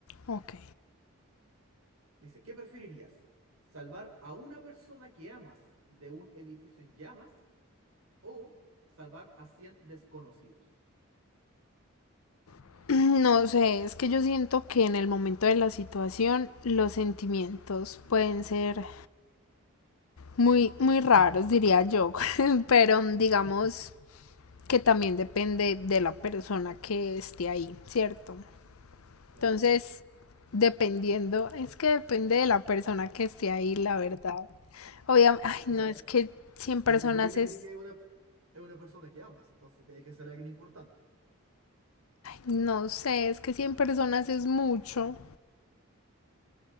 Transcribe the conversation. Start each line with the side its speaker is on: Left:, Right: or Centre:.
Left: Ok.
Right: Dice, ¿qué preferirías? ¿Salvar a una persona que amas de un edificio en llamas o salvar a 100 desconocidos?
Left: <clears throat> No sé, es que yo siento que en el momento de la situación los sentimientos pueden ser muy, muy raros, diría yo, <laughs> pero mm, digamos que también depende de la persona que esté ahí, ¿cierto?
Right: Claro.
Left: Entonces, dependiendo, es que depende de la persona que esté ahí, la verdad. Obviamente, ay,
Right: O
Left: no,
Right: sea,
Left: es
Right: se,
Left: que 100
Right: se
Left: personas
Right: supone que
Left: es
Right: tiene que una, es una persona que amas, entonces tiene que ser alguien importante.
Left: No sé, es que 100 personas es mucho,